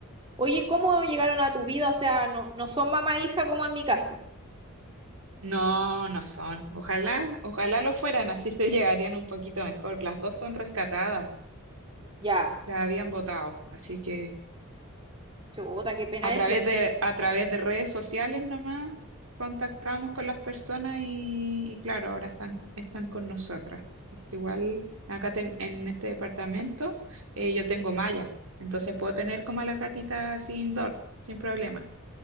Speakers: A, on the right; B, on the right.
A: Oye, ¿cómo llegaron a tu vida? O sea, no, no son mamá e hija como en mi caso.
B: No, no son. Ojalá, ojalá lo fueran, así se <laughs> llegarían un poquito mejor. Las dos son rescatadas,
A: Ya,
B: las habían botado, así que
A: chuta, qué pena
B: A través
A: eso.
B: de, a través de redes sociales nomás contactamos con las personas y, y claro, ahora están, están con nosotras. Porque igual acá ten- en este departamento eh, yo tengo malla, entonces puedo tener como a las gatitas así indoor, sin problema.